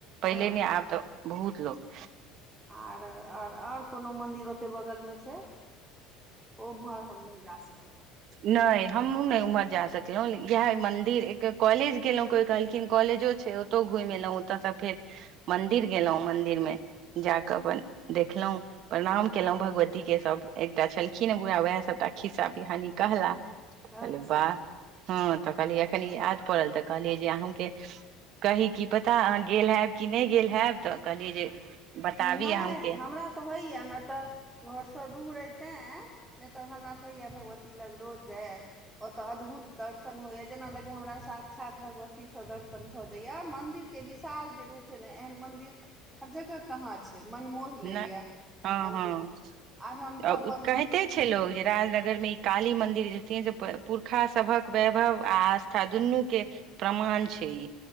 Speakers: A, in the centre; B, on the right (about 50°).
A: हँ
B: पहिले ने आब तऽ बहुत लोक।
A: आर आओर कोनो मन्दिर ओते बगलमे छै। ओम्हर हम नहि जा सकलहुँं।
B: नहि हमहूँ ने उम्हर जा सकलहुं इएह मंदिर एक कॉलेज गेलहुं कोइ कहलखिन कॉलेजो। ओतौ घुमि एलहुँ ओतयसँ फेर मंदिर गेलहुँं मंन्दिर मे। जा कऽ अपन देखलहुँ प्रणाम केलहुँं भगवती के सब एकटा छल खीन हे बुरहा उएह सभटा खिस्सा पिहानी कहला कहलिए
A: अच्छा
B: वाह। हँ तऽ कहलियै एखन याद पड़ल तऽ कहलियै जे अहूँके। कही की पता अहाँ गेल हेएब कि नहि गेल हेएब तऽ कहलियै जे बताबी
A: नहि
B: अहूँके
A: हमरा तऽ होइए न तऽ घरसँ दूर अय तँए नहि तऽ हमरा तऽ होइये भगवती लग रोज जाय। ओतय अद्भुत दर्शन होइये जेना लागैये हमरा साक्षात भगवतीसँ दर्शन भऽ जाइये मंन्दिर। के विशाल जे रूप छै ने एहन मंदिर हर जगह कहाँ छै मनमोहि लैये
B: नहि हँ
A: मन्दिर
B: हँ
A: आर हम
B: कहिते
A: तऽ अपन भक्तिमे।
B: छै लोग जे राजनगर में ई काली मंदिर जे छथिन से पुरखा सभक वैभव आ आस्था दुनू के प्रमाण छै ई।